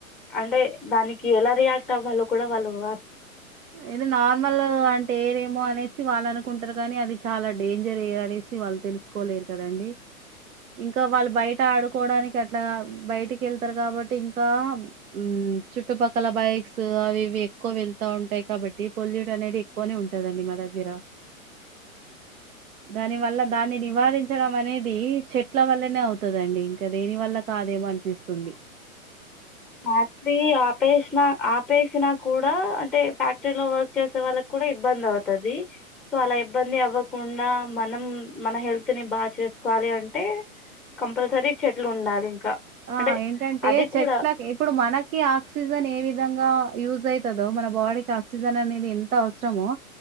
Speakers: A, in the centre; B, on the right.
A: అంటే దానికి ఎలా రియాక్టవ్వాలో కూడా వాళ్ళు వ
B: ఏదిో నార్మల్ గ అంటే ఏరేమో అనేసి వాళ్ళ అనుకు కుంటారు కానీ అది చాలా డేంజర్ ఏ అనేసి వాళ్ళు తెలుసుకోలేరు కదండి ఇంకా వాళ్ళు బయట ఆడు కోడానికి అట్లా బయటికి వెళ్తారు కాబట్టి ఇంకా మ్మ్ చుట్టుపక్కల బైక్స్ అవి ఇవి ఎక్కువ వెళ్తా ఉంటా టాయి కాబట్టి పొల్యూట్ అనేది ఎక్కువనే ఉంటదండి మా దగ్గర దాని వల్ల దాన్ని నివారించడం అనేది చెట్ల వల్లనే అవుతందండి ఇంకా దేని వల్ల కాదేమో అనిపిస్తుంది
A: ఫ్యాక్టరీ ఆపేసిన ఆపేసినా కూడా అంటే ఫ్యాక్టరీలో వర్క్ చేసే వాళ్ళకి కూడా ఇబ్బంది అవుతది సో అలా ఇబ్బంది అవ్వకుండా మనం మన హెల్త్ ని బాగా చేసుకోవాలి అంటే కంపల్సరీ చెట్లు ఉండాలి ఇంకా
B: ఆ
A: అంటే
B: ఏంటంటే
A: అది
B: చెట్లక్
A: కూడా
B: ఇప్పుడు మనకి ఆక్సిజన్ ఏ విధంగా యూజ్ అవుతుందో మన బాడీకి ఆక్సిజన్ అనేది ఎంత అవసరమో